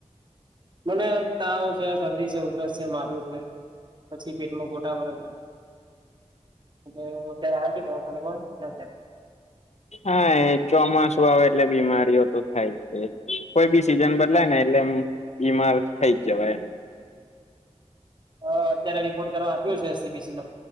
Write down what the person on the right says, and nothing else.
મને તાવ છે શરદી છે ઉધરસ છે મારું છે પછી પેટમાં ગોટા ભે છે હું અત્યારે આવ છ. કોબ લ
હ અત્યારે રિપોર્ટ કરવા આપ્યો છે એસીબીસી નો